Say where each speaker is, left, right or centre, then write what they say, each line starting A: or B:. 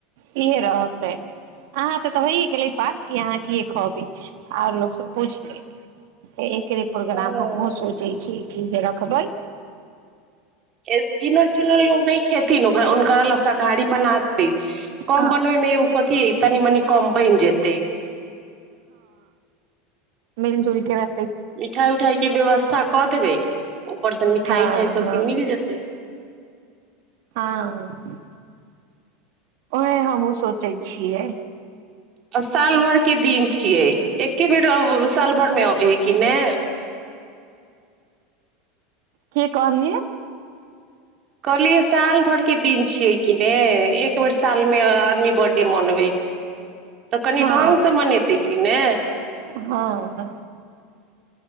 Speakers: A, on the right; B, on the right.
A: इहे रहतै अहाँ त तऽ होइ गेलै बात कि अहाँ कि कहबी आर लोकसँ पूछि लेब केे प्रोग्राम
B: हँ
A: हमहु सोचे छी ठीक है रखबए
B: एक गीनो चुनल लोग नहि खेथिन हुनक ल शाकाहारी <unintelligible> कम
A: आ
B: बनबैमे ए कथी अय तनी मनी कम बनि जेतै।
A: मिलजुलके रहै
B: मिठाय उठाय के व्यवस्था क देबै। ऊपर से मिठाई
A: हँ
B: उठाई सबके
A: हँ
B: मिल जेतै
A: हँ ओहे हमहूँ सोचै छियै।
B: अस साल भर के दिन छियै एके बेर अ साल भर मे अबय हय कि ने।
A: के कहलि?
B: कहलियै साल भर के दिन छियै कि ने एक बेर सालमे आदमी बर्थडे मनबै तऽ कनि
A: हँ
B: ढङ्गसँ मनेतै कि ने।
A: हँ हँ